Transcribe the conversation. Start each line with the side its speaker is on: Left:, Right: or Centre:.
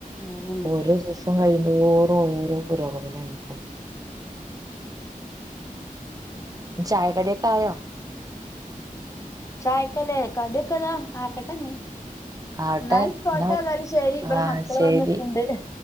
Left: അതന്നെ
Right: ഇപ്പൊ ഓരോ സൊ ദിവസം കയ്യുന്തോറും ഓരോരോ പുരോഗമനല്ലേ ഇപ്പൊ ചായക്കടിയൊക്കെ ആയോ?
Left: ചായക്കല്ലേ കടിയൊക്കെതാ ആക്കട്ടെഞ്ഞി
Right: ആവട്ടെ
Left: ഇന്നായിക്കോട്ടെ
Right: എന്നാ
Left: ഏതായാലും ശരി ഇവിടെ
Right: ആ
Left: മക്കള്
Right: ശരി
Left: വന്ന്ക്ക്‌ണ്ട്